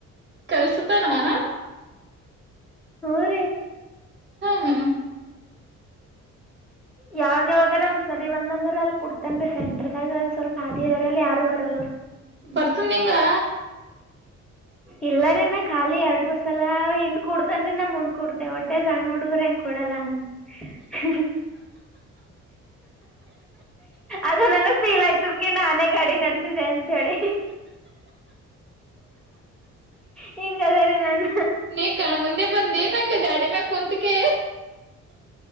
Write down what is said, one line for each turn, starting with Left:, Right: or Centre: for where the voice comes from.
Right: ಕಲಸತಾನ್ ಹ್
Centre: ಹೂ ರಿ
Right: ಹ್ಮ
Centre: ಯಾವಾಗ ಯಾವಾಗ ರ ಒಂದ್ ಸರಿ ಬಂದ ಅಂದ್ರ ಅಲ್ಲಿ ಕೋಡತನ್ ರಿ ಸೆಂಟರ್ದಾಗ ಸ್ವಲ್ಪ ಆದಿ ಅಲ್ಲಿ ಯಾರೂ ಬರಲ್ಲ
Right: ಬರ್ತದ ನಿಂಗಾ
Centre: ಇಲ್ಲರೀ ನಾ ಖಾಲಿ ಎರಡ್ ಮೂರ ಸಲ್ ಹಿಂದ್ ಕೂಡ್ತನ್ ಮುಂದ್ ಕುಡ್ತೆ ಒಟ್ಟ ಸಣ್ಣ ಹುಡುಗ್ರ ಅಂಗ ಕೊಡಲ್ಲ ಅ ಅದು ನನಗ್ ಫೀಲ್ ಆಯ್ತದಕ ನಾನೇ ಗಾಡಿ ನಡೆಸಿದೆೆ ಅಂತೇಳಿ ಹಿಂಗಅದಿನಿ ರಿ ನಾನ್
Right: ಈ ಕಣ್ಣ ಮುುಂದೆ ಬಂದಿ ಏನ್ ನನಗ ಗಾಡಿ ಮೇಲೆ ಕುಂತ ಕೆ